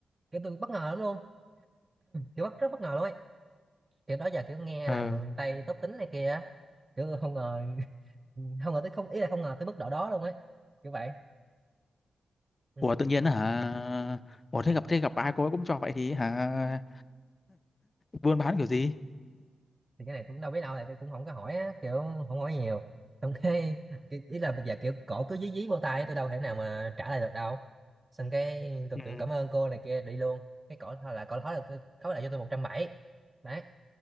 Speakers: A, on the right; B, on the left.
A: kiểu tôi bất ngờ lắm luôn kiểu bất rất bất ngờ luôn ấy kiểu đó giờ kiểu nghe
B: ờ
A: là người miền Tây tốt tính này kia á, kiểu không ngờ <laughs> không ngờ tới không ý là không ngờ tới mức độ đó luôn ấy kiểu vậy Ừ.
B: ủa tự nhiên hả ủa thế gặp thế gặp ai cô ấy cũng cho vậy thì hả buôn bán kiểu gì
A: thì cái này tôi cũng đâu biết đâu tại tôi cũng không có hỏi á kiểu không hỏi nhiều xong cái, cái ý là bây giờ kiểu cổ cứ dí dí vô tay tôi đâu thể nào mà trả lại được đâu xong cái tôi
B: ừ
A: kiểu cảm ơn cô này kia đi luôn cái cổ thôi là cổ thói là tôi thói lại cho tôi một trăm bảy mươi, đấy